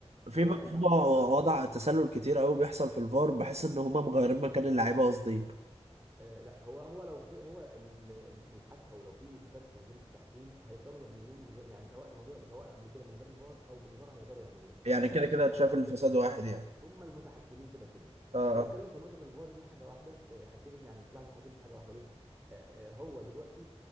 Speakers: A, on the right (about 70°); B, on the right (about 20°).
A: في
B: هو رجع
A: في
B: فكره العداله
A: وضع تسلل كتير قوي بيحصل في الفار بحس ان هما مغيرين مكان اللعيبه قصدي
B: آه لا هو هو لو في هو ال- ال- الحك او لو في فساد في منظومه التحكيم هيقدروا يعملوه من غير يعني سواء موجود سواء قبل كده من غير الفار او بالفار هيقدروا يعملوه
A: يعني
B: لان هم
A: كده
B: المتحكمين
A: كده شايف
B: كده
A: الفساد
B: كده
A: واحد يعني
B: هم المتحكمين كده كده
A: اه
B: انا بتكلم في نقطه الفار دي حاجه واحده آه، حاجتين دي يعني سلاح ذو حدين في حاجه واحده ليه آه، آه، هو دلوقتي